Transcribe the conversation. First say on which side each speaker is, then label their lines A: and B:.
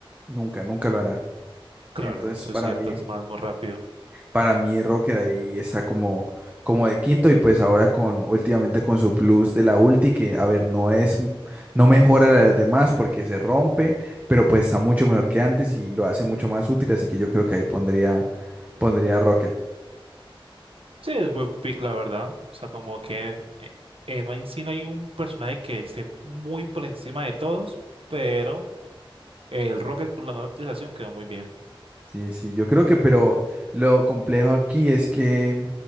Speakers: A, on the right; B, on the right.
A: Nunca, nunca lo hará.
B: Claro,
A: Entonces,
B: eso
A: para
B: es cierto,
A: mí,
B: es más muy rápido.
A: para mí Rocket ahí está como, como de quinto y pues ahora con, últimamente con su plus de la ulti que, a ver, no es, no mejora la de las demás porque se rompe, pero pues está mucho mejor que antes y lo hace mucho más útil, así que yo creo que ahí pondría, pondría a Rocket.
B: Sí, es buen pick, la verdad. O sea, como que en, en Vayne Sin hay un personaje que esté muy por encima de todos, pero. El Rocket con la nueva actualización quedó muy bien.
A: Sí, sí, yo creo que, pero lo complejo aquí es que